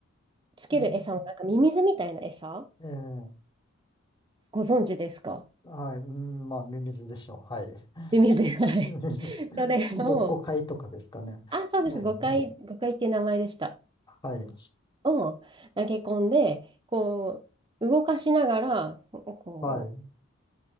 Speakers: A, on the right (about 25°); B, on the left (about 20°).
A: つける餌もなんかミミズみたいな餌
B: うん。ええ
A: ご存知ですか
B: はい。うん、まあ、ミミズでしょう。はい。
A: ミミズ。はい。
B: <laughs> ミミズ、<laughs>
A: それを、
B: ごっこ会とかですかね。
A: あ、そうです。
B: ええうん
A: 誤解、誤解っていう名前でした。
B: はい。
A: を投げ込んで、こう、動かしながら、こう、
B: はい。